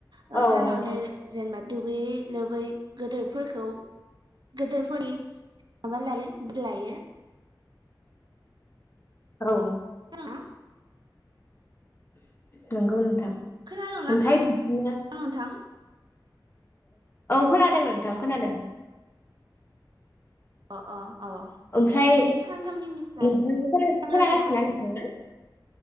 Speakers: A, on the right; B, on the left.
A: ओ
B: औ
A: सानावनो
B: नोंथां
A: जेनेबा दुगैयै लोबै गोदोरफोरखौ गोदोरफोरनि माबा लायो <unintelligible> लायो
B: औ
A: <unintelligible>
B: नंगौ नोंथां ओमफ्राय
A: खोनादोंना
B: बिदिनो
A: नोंथां
B: औ खोनादों नोंथां खोनादों
A: अ अ अ
B: ओमफ्राय
A: ओ बिनि सानथामनि उननिफ्राय
B: नोंथां
A: <inaudible>
B: खोनागासिनोना नोंथाङा?